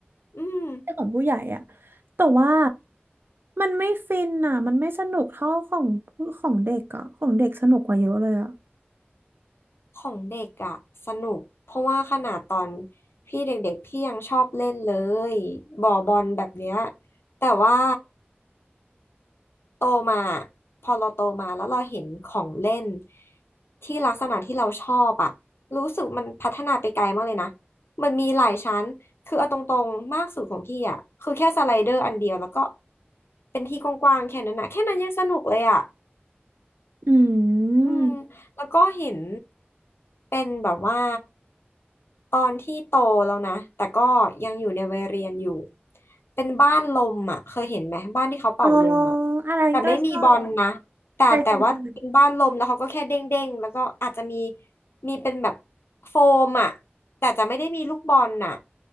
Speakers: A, on the left; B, on the right.
A: อืม
B: ที่ของผู้ใหญ่อ่ะแต่ว่ามันไม่ฟินอ่ะมันไม่สนุกเท่าของผู้ของเด็กอ่ะของเด็กสนุกกว่าเยอะเลยอ่ะ
A: ของเด็กอะสนุกเพราะว่าขนาดตอนพี่เด็กๆพี่ยังชอบเล่นเลยบ่อบอลแบบเนี้ยแต่ว่าโตมาพอเราโตมาแล้วเราเห็นของเล่นที่ลักษณะที่เราชอบอะรู้สึกมันพัฒนาไปไกลมากเลยนะมันมีหลายชั้นคือเอาตรงๆมากสุดของพี่อะคือแค่สไลเดอร์อันเดียวแล้วก็เป็นที่กว้างๆแค่นั้นนะแค่นั้นยังสนุกเลยอะ
B: อื
A: อืมแล้วก็เห็น
B: ม
A: เป็นแบบว่าตอนที่โตแล้วนะแต่ก็ยังอยู่ในวัยเรียนอยู่เป็นบ้านลมอ่ะเคยเห็นไหมบ้านที่เขาเป่าลมอ่ะ
B: อ๋ออันนั้นก็ชอบ
A: แต่ไม่มีบอลนะแต่แต่ว่าเป็นบ้านลมแล้วเขาก็แค่เด้งเด้งแล้วก็อาจจะมี
B: ใช่ใช่ใช่
A: มีเป็นแบบโฟมอ่ะแต่จะไม่ได้มีลูกบอลน่ะ